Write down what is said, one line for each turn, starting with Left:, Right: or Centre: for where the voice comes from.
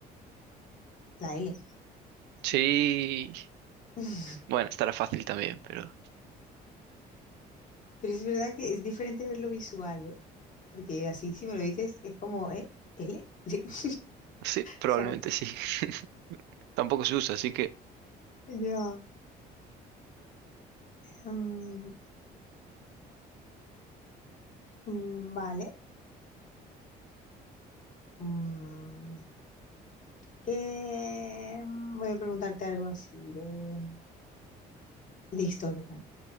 Left: La L.
Right: sí.
Left: <laughs>
Right: Bueno, estará fácil también, pero
Left: Pero es verdad que es diferente verlo visual, ¿eh? Porque así si me lo dices es como, ¿eh? ¿L? <laughs>
Right: sí, probablemente
Left: ¿sabes?
Right: sí. <laughs> Tampoco se usa, así que
Left: Yo, mm, mm, vale. Mm, que, mm, voy a preguntarte algo así de, de historia también.